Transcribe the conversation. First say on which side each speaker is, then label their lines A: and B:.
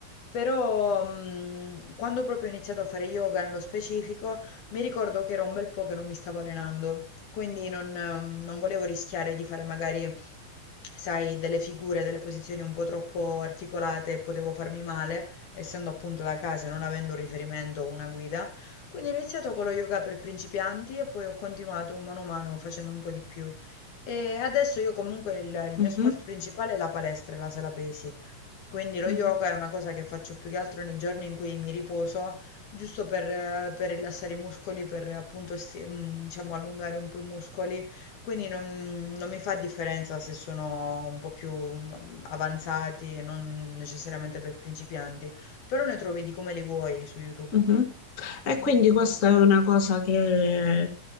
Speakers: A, on the left; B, on the left.
A: Però mh, quando proprio ho iniziato a fare yoga nello specifico, mi ricordo che era un bel po' che non mi stavo allenando. Quindi non ehm, non volevo rischiare di fare magari, sai, delle figure, delle posizioni un po' troppo articolate e potevo farmi male, essendo appunto da casa e non avendo un riferimento o una guida. Quindi ho iniziato con lo yoga per principianti e poi ho continuato mano a mano facendo un po' di più. E adesso io comunque il, il
B: Mhm,
A: mio sport principale è la palestra e la sala pesi. Quindi lo
B: mhm.
A: yoga è una cosa che faccio più che altro nei giorni in cui mi riposo giusto per, eh, per rilassare i muscoli, per appunto, sti- mm, diciamo, allungare un po' i muscoli, quindi non, non mi fa differenza se sono un po' più mm, avanzati, non necessariamente per principianti, però ne trovi di come li vuoi su YouTube.
B: Mhm. E quindi questa
A: Sì. <laughs>
B: è una cosa che